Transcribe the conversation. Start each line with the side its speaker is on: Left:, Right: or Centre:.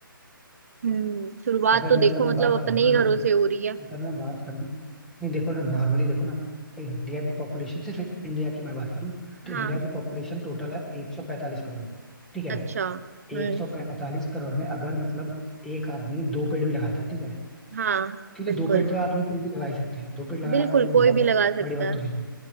Right: हम्म शुरुआत
Centre: अगर
Right: तो
Centre: मतलब
Right: देखो
Centre: मैं
Right: मतलब
Centre: बात
Right: अपने
Centre: करूँ ना
Right: ही
Centre: देखो
Right: घरों से हो रही है
Centre: अगर मैं बात करूँ नहीं देखो ना नॉर्मली देखो ना इंडिया की पॉपुलेशन सिर्फ इंडिया की मैं बात करूँ तो
Right: हाँ
Centre: इंडिया की पॉपुलेशन टोटल है 145 करोड़ ठीक है
Right: अच्छा हम्म
Centre: 145 करोड़ में अगर मतलब एक आदमी दो पेड़ भी लगाता है ठीक है
Right: हाँ
Centre: क्योंकि
Right: बिल्कुल
Centre: दो पेड़ तो आदमी कोई भी लगा ही सकता है दो पेड़ लगाना
Right: बिल्कुल
Centre: कोई
Right: कोई
Centre: बहुत
Right: भी लगा
Centre: बड़ी
Right: सकता
Centre: बात
Right: है
Centre: तो है नहीं